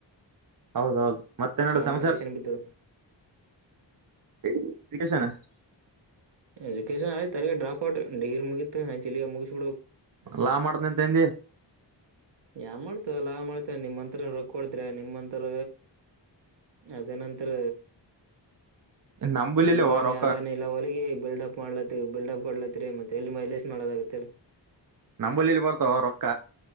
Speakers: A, on the right; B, on the right.
A: ಹೌದೌದು ಮತ್ತೆನ್ನಡ
B: ಕಾಂಪಿಟಿಷನ್
A: ಸಮಾಚಾರ
B: ಬಿದ್ದು
A: <unintelligible>
B: ಎಜುಕೇಶನ್ ಆಯ್ತ ತಗ ಡ್ರಾಪ್ ಔಟ್ ಡಿಗ್ರಿ ಮುಗಿತ್ ಇಲ್ಲಿಗ ಮುಗಿಸ್ಬಿ
A: ಲಾ ಮಾಡ್ತ ಎಂತ ಎಂದಿ
B: ಯಾ ಮಾಡ್ತೇ ಅಲ್ಲಾ ಮಾಡ್ತೇ ನಿಮ್ಮಂಂತತ್ರ ರಕ್ ಕೊತ್ರ ನಿಮ್ಮಂಂತರ ಅದೇ ನಂತರ
A: ನಂಬಲಿಲ್ಲಿ
B: ಅಂಬಾನಿ
A: ರೊಕ್ಕ
B: ಅದಾನಿಲ್ಲ ಹೊಲಗೆ ಬಿಲ್ಡಪ್ ಮಾಡ್ಲತಿ ಬಿಲ್ಡ್ ಅಪ್ ಕೊಡ್ಲತ್ರಿ ಮತ್ತೆ ಎಲ್ಲಿ ಮೈಲೇಶ್ ನೋದ ಆಗತ್ತ ಹೇಳ
A: ನಂಬಲ್ಲಿಲ್ಲಿ ಬರ್ತಾವ ರೊಕ್ಕ